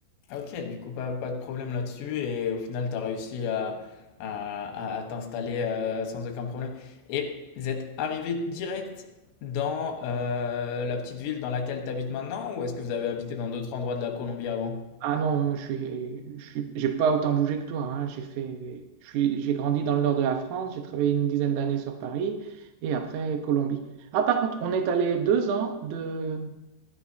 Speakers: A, on the left (about 80°); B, on the right (about 85°).
A: OK, du coup, pas, pas de problème là-dessus et au final, tu as réussi à, à, à- à t'installer euh, sans aucun problème. Et vous êtes arrivé direct dans euh, la petite ville dans laquelle tu habites maintenant ou est-ce que vous avez habité dans d'autres endroits de la Colombie avant?
B: Ah non, je suis, je suis, j'ai pas autant bougé que toi. hein. J'ai fait, je suis, j'ai grandi dans le nord de la France. J'ai travaillé une dizaine d'années sur Paris et après Colombie. Ah, par contre, on est allé deux ans de